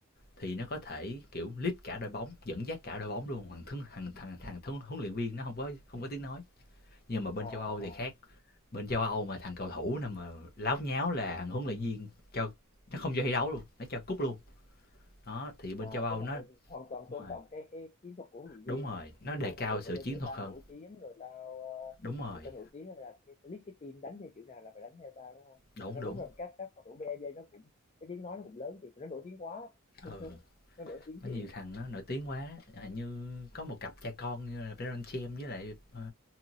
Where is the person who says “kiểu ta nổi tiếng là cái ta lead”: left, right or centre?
Left